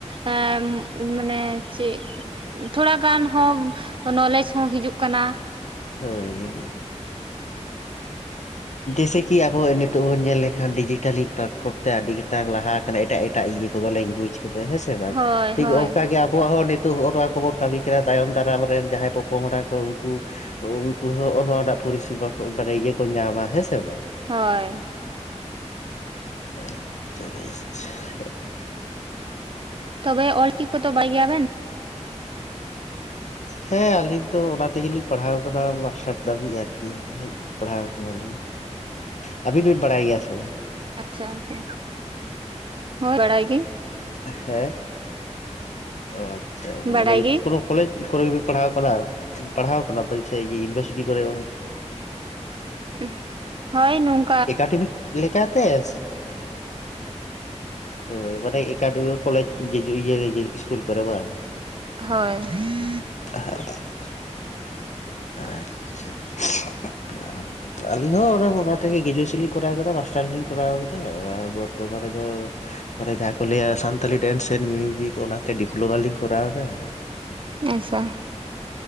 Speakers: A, on the right; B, on the left.
A: ᱮ ᱢᱟᱱᱮ ᱪᱮᱫ? ᱛᱷᱚᱲᱟᱜᱟᱱ ᱦᱚᱸ ᱱᱚᱞᱮᱡ ᱦᱚᱸ ᱦᱤᱡᱩᱜ ᱠᱟᱱᱟ᱾
B: ᱦᱳᱭ ᱾ ᱡᱮᱭᱥᱮ ᱠᱤ ᱟᱵᱚ ᱱᱤᱛᱚᱜ ᱵᱚᱱ ᱧᱮᱞ ᱞᱮᱠᱷᱟᱱ ᱰᱤᱡᱤᱴᱟᱞᱤ ᱯᱞᱟᱴᱯᱷᱨᱚᱢ ᱛᱮ ᱟᱹᱰᱤ ᱜᱮᱛᱟᱝ ᱞᱟᱦᱟ ᱟᱠᱟᱱᱟ ᱮᱴᱟᱜ ᱮᱴ᱾ ᱮᱴᱟᱜ ᱤᱭᱟᱹ ᱠᱚᱫᱚ ᱞᱮᱝᱜᱩᱭᱡᱽ ᱠᱚᱫᱚ ᱦᱮᱸᱥᱮ ᱵᱟᱝ
A: ᱦᱳᱭ
B: ᱴᱷᱤᱠ
A: ᱦᱳᱭ
B: ᱚᱱᱠᱟᱜ ᱜᱮ ᱟᱵᱚᱣᱟᱜ ᱦᱚᱸ ᱱᱤᱛ᱾ ᱛᱳ ᱦᱚᱜᱼᱚ ᱱᱚᱣᱟ ᱠᱚᱵᱚᱱ ᱠᱟᱹᱢᱤ ᱠᱟᱱᱟ ᱛᱟᱭᱚᱢ ᱫᱟᱨᱟᱢ ᱨᱮᱱ ᱡᱟᱦᱟᱸᱭ ᱯᱚᱯᱚᱝᱲᱟ ᱠᱚ ᱩᱱᱠᱩ᱾ ᱩᱱᱠᱩ ᱦᱚᱸᱜ ᱱᱚᱣᱟᱴᱟᱜ ᱯᱚᱨᱤᱥᱮᱵᱟ ᱠᱚ ᱢᱟᱱᱮ ᱤᱭᱟᱹᱠᱚ ᱧᱟᱢᱟ ᱦᱮᱸ ᱥᱮ ᱵᱟᱝ?
A: ᱦᱳᱭ᱾
B: ᱟᱪᱪᱷᱟ ᱵᱮᱥ <unintelligible>
A: ᱛᱚᱵᱮ ᱚᱞᱪᱤᱠᱤ ᱠᱚ ᱫᱚ ᱵᱟᱲᱟᱭ ᱜᱮᱭᱟ ᱵᱤᱱ?
B: ᱦᱮᱸ ᱟᱹᱞᱤᱧ ᱫᱚ ᱚᱱᱟ ᱛᱮᱜᱮᱞᱤᱧ ᱯᱟᱲᱦᱟᱣ ᱠᱟᱱᱟ ᱢᱟᱥᱴᱟᱨ᱾ ᱫᱷᱟᱹᱵᱤᱡ ᱟᱨᱠᱤ ᱯᱟᱲᱦᱟᱣ ᱠᱟᱱᱟᱞᱤᱧ ᱟᱹᱵᱤᱱ ᱵᱤᱱ ᱵᱟᱲᱟᱭ ᱜᱮᱭᱟ ᱥᱮ?
A: ᱟᱪᱪᱷᱟ ᱟᱪᱪᱷᱟ ᱦᱳ ᱵᱟᱲᱟᱭ ᱜᱤ ᱾
B: ᱦᱮᱸ, ᱚ ᱟᱪᱪᱷᱟ
A: ᱵᱟᱰᱟᱭ
B: ᱢᱟᱱᱮ
A: ᱜᱮ
B: ᱯᱩᱨᱳ ᱠᱚᱞᱮᱡᱽ ᱠᱚᱨᱮ ᱜᱮᱵᱤᱱ ᱯᱟᱲᱦᱟᱣ ᱟᱠᱟᱱᱟ ᱯᱟᱲᱦᱟᱣ ᱟᱠᱟᱱᱟ ᱵᱮᱱ ᱥᱮ ᱮ ᱤᱭᱩᱱᱤᱵᱷᱟᱨᱥᱤᱴᱤ ᱠᱚᱨᱮ?
A: ᱩᱸᱜ- ᱦᱳᱭ ᱱᱚᱝ
B: ᱮᱠᱟᱰᱮᱢᱤᱠ ᱞᱮᱠᱟᱛᱮ ᱥᱮ? ᱦᱳᱭ ᱢᱟᱱᱮ ᱮᱠᱟᱰᱮᱢᱤ ᱠᱚᱞᱮᱡᱽ ᱜᱮᱡᱩ ᱤᱭᱟ ᱤᱥᱠᱩᱞ ᱠᱚᱨᱮᱵᱟ?
A: ᱦᱳᱭ ᱾
B: <unintelligible> ᱟᱪᱪᱷᱟ <unintelligible> ᱟ ᱾ ᱟᱹᱞᱤᱧ ᱦᱚᱸ ᱚᱱᱟ ᱚᱱᱟ ᱛᱮᱜᱮ ᱜᱮᱡᱩᱭᱮᱥᱮᱱ ᱞᱤᱧ ᱠᱚᱨᱟᱣ ᱟᱠᱟᱫᱟ ᱢᱟᱥᱴᱟᱨ ᱞᱤᱧ ᱠᱚᱨᱟᱣ ᱟᱠᱟᱫᱟ ᱟᱨ ᱵᱚᱨᱛᱚᱢᱟᱱ ᱨᱮᱫᱚ ᱢᱟᱱᱮ ᱡᱟᱦᱟᱸ ᱠᱚ ᱞᱟᱹᱭᱟ ᱥᱟᱱᱛᱟᱞᱤ ᱰᱮᱱᱥ ᱮᱱ ᱢᱤᱭᱩᱡᱤᱠ ᱚᱱᱟᱛᱮ ᱰᱤᱯᱞᱳᱢᱟᱞᱤᱧ ᱠᱚᱨᱟᱣᱫᱟ ᱾
A: ᱟᱭᱥᱟ ᱾